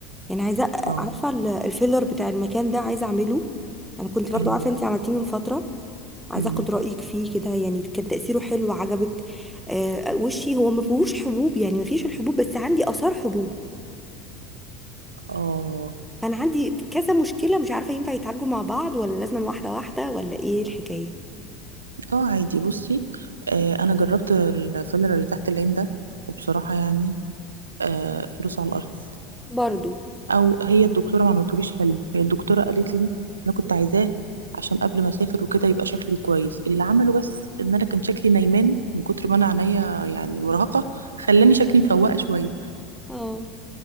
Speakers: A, in the centre; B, on the right.
A: يعني عايزة
B: اه
A: عارفة ال- الفيلر بتاع المكان ده عايزة أعمله أنا كنت برضو
B: أيوه
A: عارفة انتي عملتيه من فترة عايزه
B: أمم.
A: اخد رايك فيه كده يعني كان تاثيره حلو عجبك آه وشي هو ما فيهوش حبوب يعني ما فيش الحبوب بس عندي اثار حبوب
B: اه
A: فانا عندي كذا مشكله مش عارفه ينفع يتعالجوا مع بعض ولا لازم واحده واحده ولا ايه الحكايه
B: اه عادي بصي آه انا جربت الفيلر اللي تحت العين ده وبصراحه يعني آه فلوس على الارض
A: برضو
B: او هي الدكتوره ما عملتوليش حلو هي الدكتوره قالت لي انا كنت عايزاه عشان قبل ما اسافر وكده يبقى شكلي كويس اللي عمله بس ان انا كان شكلي نايمان من كتر ما انا عينيا يعني مرهقه خلاني شكلي مفوقه شويه
A: اه